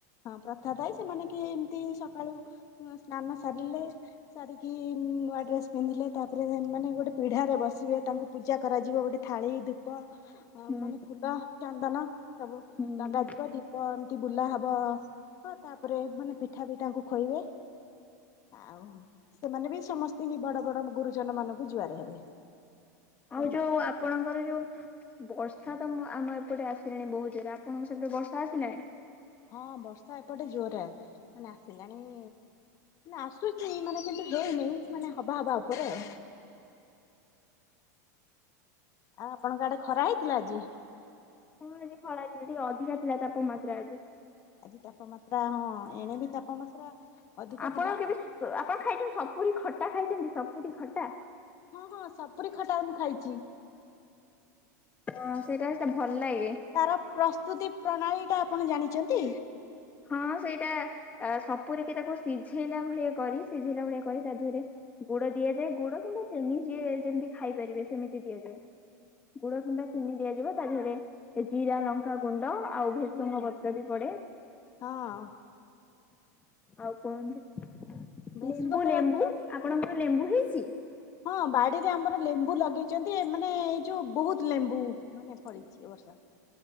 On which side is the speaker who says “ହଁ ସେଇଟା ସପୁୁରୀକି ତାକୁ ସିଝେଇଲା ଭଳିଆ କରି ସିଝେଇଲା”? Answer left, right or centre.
Left